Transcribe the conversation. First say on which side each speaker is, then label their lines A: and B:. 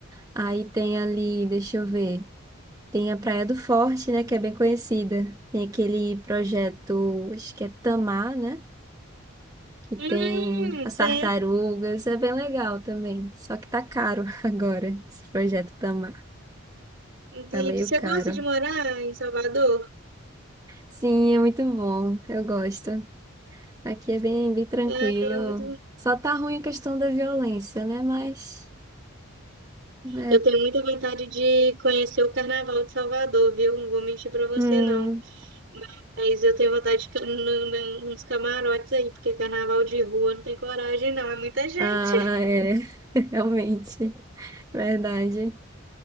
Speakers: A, on the right; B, on the right.
A: Aí tem ali, deixa eu ver, tem a Praia do Forte, né? Que é bem conhecida. Tem aquele projeto, acho que é Tamar, né? Que tem
B: Hum,
A: as
B: sei.
A: tartarugas, é bem legal também. Só que tá caro <laughs> agora, esse projeto Tamar.
B: Entendi.
A: Tá meio
B: Você
A: caro.
B: gosta de morar em Salvador?
A: Sim, é muito bom, eu gosto. Aqui é bem, bem tranquilo.
B: É, é muito...
A: Só tá ruim a questão da violência, né? Mas, né?
B: Eu tenho muita vontade de conhecer o Carnaval de Salvador, viu? Não vou mentir pra você,
A: Hum,
B: não. Mas eu tenho vontade de ficar no- no- nos camarotes aí, porque carnaval de rua não tem coragem, não. É muita gente
A: ah, é. <laughs> Realmente, verdade.